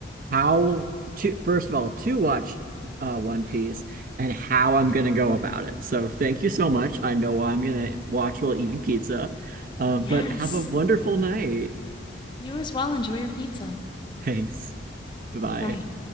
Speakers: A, on the right; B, on the left.
A: how to first of all to watch uh, One Piece and how I'm gonna go about it. So thank you so much. I know I'm gonna watch while eating pizza, um,
B: Yes.
A: but have a wonderful night.
B: You as well enjoy your pizza.
A: Thanks. Bye.
B: Bye-bye.